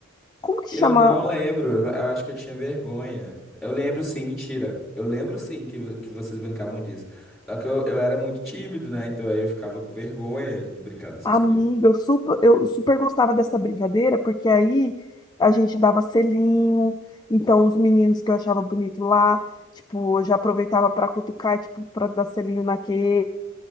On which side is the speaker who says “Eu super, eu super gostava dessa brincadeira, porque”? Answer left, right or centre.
Left